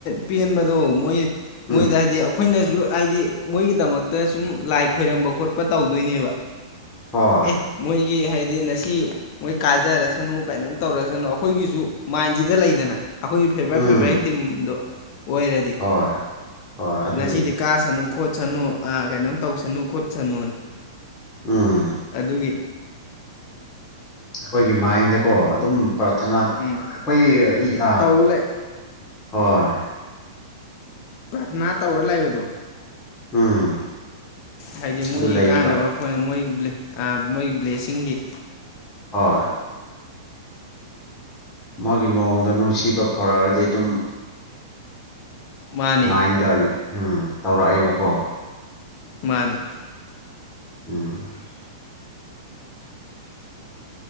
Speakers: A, on the left; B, on the left.
A: ꯄꯦꯟꯕꯗꯣ ꯃꯣꯏ ꯃꯣꯏꯗ
B: ꯎꯝ
A: ꯍꯥꯏꯗꯤ ꯑꯩꯈꯣꯏꯅꯁꯨ ꯍꯥꯏꯗꯤ ꯃꯣꯏꯒꯤꯗꯃꯛꯇ ꯁꯨꯝ ꯂꯥꯏ ꯈꯣꯏꯔꯝꯕ ꯈꯣꯠꯄ ꯇꯧꯗꯣꯏꯅꯦꯕ
B: ꯍꯣꯏ
A: ꯑꯦ ꯃꯣꯏꯒꯤ ꯍꯥꯏꯗꯤ ꯍꯥꯏꯗꯤ ꯉꯁꯤ ꯃꯣꯏ ꯀꯥꯖꯔꯁꯅꯨ ꯀꯩꯅꯣꯝ ꯇꯧꯔꯁꯅꯨ ꯑꯩꯈꯣꯏꯒꯤꯁꯨ ꯃꯥꯏꯟꯁꯤꯗ ꯂꯩꯗꯅ ꯑꯩꯈꯣꯏꯒꯤ ꯐꯦꯕꯣꯔꯥꯏꯠ
B: ꯎꯝ
A: ꯐꯦꯚꯣꯔꯥꯏꯠ ꯇꯤꯝꯗꯣ ꯑꯣꯏꯔꯗꯤ
B: ꯍꯣꯏ ꯍꯣꯏ ꯑꯗꯨꯒꯤ
A: ꯉꯁꯤꯗꯤ ꯀ ꯁꯅꯨ ꯈꯣꯠ ꯈꯣꯠꯁꯅꯨ ꯀꯩꯅꯣꯝ ꯇꯧꯁꯅꯨ ꯈꯣꯠꯁꯅꯨꯅ
B: ꯎꯝ
A: ꯑꯗꯨꯒꯤ
B: ꯑꯩꯈꯣꯏꯒꯤ ꯃꯥꯏꯟꯗꯀꯣ ꯑꯗꯨꯝ ꯄ꯭ꯔꯔꯊꯅꯥ
A: ꯎꯝ
B: ꯑꯩꯈꯣꯏ ꯑ
A: ꯇꯧ ꯂꯩ
B: ꯍꯣꯏ
A: ꯄꯔꯅꯥ ꯇ ꯑꯣꯔꯂꯥꯏꯕꯗ
B: ꯎꯝ
A: ꯍꯥꯏꯗꯤ ꯃꯣꯏꯒꯤ
B: ꯑꯗꯨ ꯂꯩꯌꯦꯕ
A: ꯀꯥꯅꯕ ꯑꯩꯈꯣꯏꯅ ꯃꯣꯏ ꯃꯣꯏꯒꯤ ꯕ꯭ꯂꯦꯁꯤꯡꯒꯤ
B: ꯑ ꯃꯥꯒꯤ ꯃꯑꯣꯡꯗꯣ ꯅꯨꯡꯁꯤꯕ ꯐꯧꯔꯥꯔꯗꯤ ꯑꯗꯨꯝ
A: ꯃꯥꯅꯦ
B: ꯃꯥꯏꯟꯗ ꯎꯝ ꯇꯧꯔꯛꯏꯕꯀꯣ
A: ꯃꯥꯅꯦ
B: ꯎꯝ
A: <unintelligible>